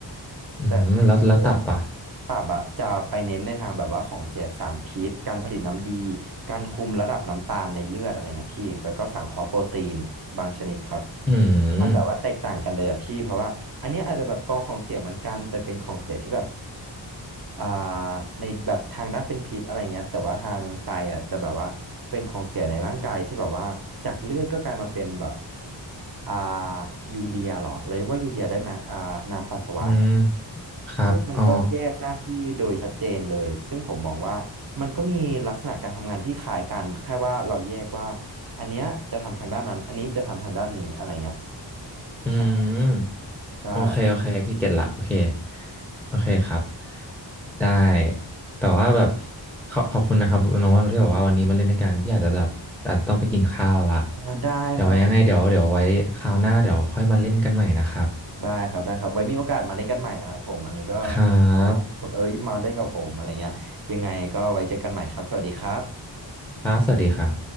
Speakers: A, in the centre; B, on the right.
A: อืมแล้วแล้วตับอ่ะ
B: แต่คือ ตับอะจะไปเน้นในทางแบบว่าของเสียสารพิษการผลิตน้ำดี การคุมระดับน้ำตาลในเลือดอะไรเงี้ยพี่แล้วก็สังเคราะห์โปรตีนบางชนิดครับ
A: อืม
B: มันแบบว่าแตกต่างกันเลยอะพี่เพราะว่าอันเนี้ยอาจจะแบบกองของเสียเหมือนกันแต่เป็นของเสียที่แบบอ่าในแบบทางด้านเป็นพิษอะไรเงี้ยแต่ว่าทางไตอะจะแบบว่าเป็นของเสียในร่างกายที่แบบว่าจากเลือดก็กลายมาเป็นแบบอ่ายูเรียเหรอเรียกว่ายูเรียได้ไหมอ่าน้ำปัสสาวะ
A: อืมครับ
B: ซึ่งมันก็แยกหน้าที่โดยชัดเจนเลยซึ่งผมมองว่ามันก็มีลักษณะการทำงานที่คล้ายกันแค่ว่าเราแยกว่า
A: อ๋อ
B: อันเนี้ยจะทำทางด้านนั้นอันนี้จะทำทางด้านนี้อะไรเงี้ย
A: อืม
B: ใช่ใช่
A: โอเคโอเคพี่เก็ตละโอเคโอเคครับได้แต่ว่าแบบขอขอบคุณนะครับน้องว่าที่บอกว่าวันนี้มาเล่นด้วยกันพี่อาจจะแบบอาจจะต้องไปกินข้าวละ
B: อ่าได้ครับ
A: เดี๋ยวไว้ยังไงเดี๋ยวเดี๋ยวไว้คราวหน้าเดี๋ยวค่อยมาเล่นกันใหม่นะครับ
B: ได้ครับได้ครับไว้มีโอกาสมาเล่นกันใหม่นะครับผมอันนี้ก็
A: ครับ
B: เพราะว่าที่ผมเอ้ยมาเล่นกับผมอะไรเงี้ยยังไงก็ไว้เจอกันใหม่ครับสวัสดีครับ
A: ครับสวัสดีครับ